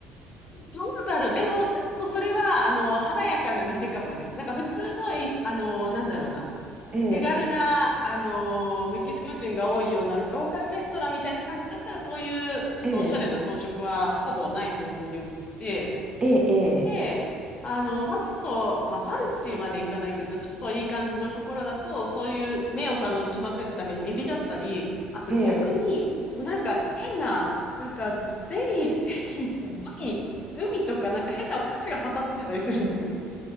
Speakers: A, on the left; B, on the right.
A: どうだろう。でも、ちょっとそれは、あの、華やかな店かもです。なんか普通のい、あの、なんだろうな。
B: ええ、
A: 手軽な、あの、メキシコ人が多いようなローカルレストランみたいな感じだったら、そういう、ちょっとおしゃれな装飾はほぼないと思ってよくって、
B: ええ、ええ、
A: で、あの、まあ、ちょっと、まあ、ファンシーまでいかないけど、ちょっといい感じのところだと、そういう目を楽しませるためにエビだったり、あと逆に、
B: ええ、
A: もうなんか変な、なんかゼリー、ゼリー、グミ、グミとかなんか変なお菓子が刺さってたりするんですよ。